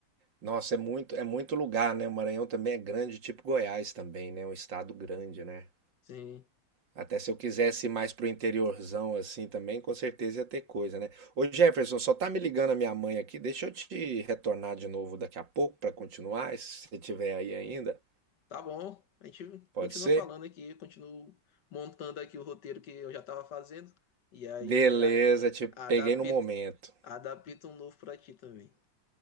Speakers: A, on the right (about 70°); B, on the left (about 65°).
A: Nossa, é muito, é muito lugar, né? O Maranhão também é grande, tipo Goiás também, né? É um estado grande, né?
B: Sim,
A: Até se eu quisesse ir mais pro interiorzão assim também, com certeza ia ter coisa, né? Ô Jefferson, só tá me ligando a minha mãe aqui. Deixa eu te retornar de novo daqui a pouco para continuar, se você tiver aí ainda.
B: tá bom. A gente
A: Pode
B: continua
A: ser?
B: falando aqui, continuo montando aqui o roteiro que eu já estava fazendo e aí
A: Beleza,
B: a-
A: te peguei
B: adapto,
A: no momento.
B: adapto um novo para ti também.